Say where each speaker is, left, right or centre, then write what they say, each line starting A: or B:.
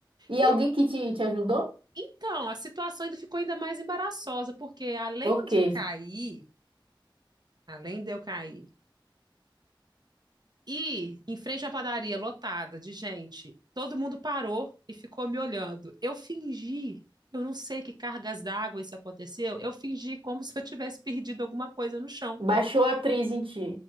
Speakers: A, on the right; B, on the right.
A: E
B: E
A: alguém que te, te ajudou?
B: então, a situação ainda ficou ainda mais embaraçosa, porque além
A: Por quê?
B: de cair, além de eu cair, E em frente à padaria lotada de gente, todo mundo parou e ficou me olhando. Eu fingi, eu não sei que cargas d'água isso aconteceu, eu fingi como se eu tivesse perdido alguma coisa no chão.
A: Baixou a atriz em ti.